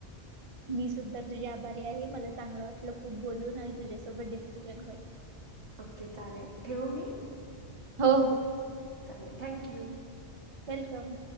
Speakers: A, on the right; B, on the right.
A: मी सुद्धा तुझी आभारी आहे. मला चांगलं वाटलं खूप बोलून आणि तुझ्यासोबत डिस्कशन करून.
B: ओके चालेल ठेवू मी?
A: अहो
B: चालेल थँक यू
A: वेलकम